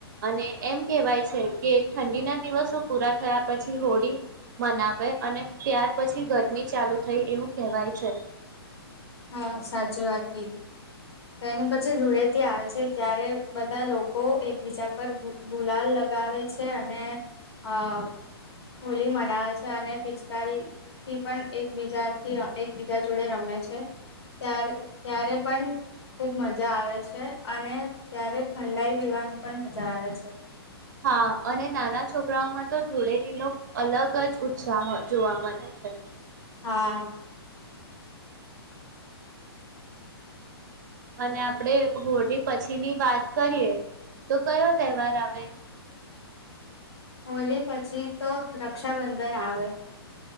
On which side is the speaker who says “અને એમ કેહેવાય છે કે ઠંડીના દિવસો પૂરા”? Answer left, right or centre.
Right